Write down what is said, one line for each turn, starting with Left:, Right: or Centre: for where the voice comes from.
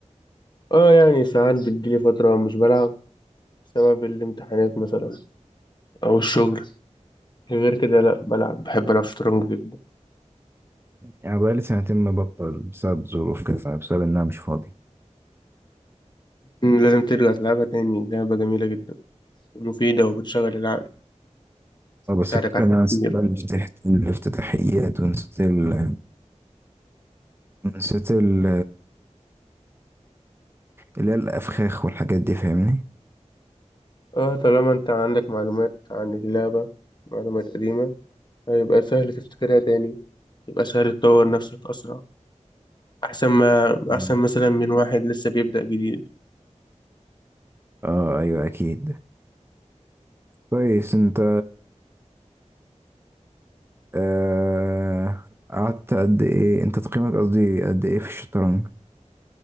Left: اه يعني ساعات بتجيلي فترة مش بلعب بسبب الامتحانات مثلا او الشغل غير كده لا بلعب بحب العب شطرنج جدا
Right: يعني بقالي سنتين مبطل بسبب ظروف كده بسبب إن أنا مش فاضي
Left: مم، لازم ترجع تلعبها تاني لعبة جميلة جدا مفيدة وبتشغل العقل
Right: اه بس
Left: تساعدك
Right: الفكرة
Left: على
Right: إن
Left: التفكير
Right: أنا نسيت بقى الافتتاح- الافتتاحيات ونسيت ال نسيت ال اللي هي الأفخاخ والحاجات دي فاهمني؟
Left: اه طالما انت عندك معلومات عن اللعبة معلومات قديمة هيبقى سهل تفتكرها تاني يبقى سهل تطور نفسك أسرع أحسن ما
Right: مم.
Left: أحسن مثلا من واحد لسه بيبدأ جديد
Right: اه أيوه أكيد كويس أنت آه، قعدت قد إيه أنت تقييمك قصدي قد إيه في الشطرنج؟